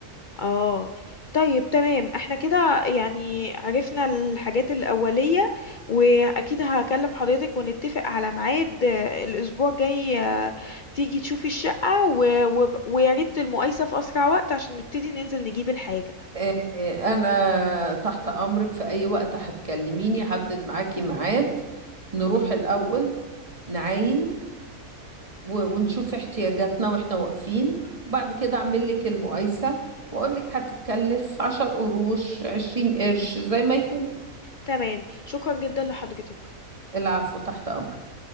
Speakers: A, on the left; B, on the right.
A: اه طيب تمام احنا كده يعني عرفنا الحاجات الأولية واكيد هكلم حضرتك ونتفق على ميعاد آه، الاسبوع الجاي آه، تيجي تشوفي الشقة و... و... ويا ريت المقايسة في اسرع وقت عشان نبتدي ننزل نجيب الحاجة
B: آه، آه، أنا تحت أمرك في أي وقت هتكلميني حدد معاكي ميعاد نروح الأول نعاين و- ونشوف احتياجاتنا واحنا واقفين وبعد كده اعمل لك المقايسة واقول لك هتتكلف عشر قروش عشرين قرش زي ما يكون
A: تمام شكرا جدا لحضرتك
B: العفو تحت امرك